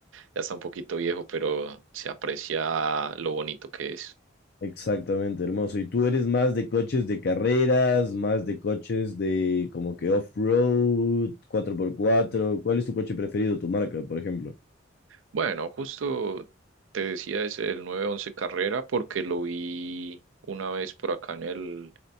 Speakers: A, on the right; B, on the left.
A: ya está un poquito viejo, pero se aprecia lo bonito que es.
B: Exactamente, hermoso. ¿Y tú eres más de coches de carreras, más de coches de como que off-road, cuatro por cuatro cuál es tu coche preferido, tu marca, por ejemplo?
A: Bueno, justo te decía es el nueve once carrera porque lo vi una vez por acá en el,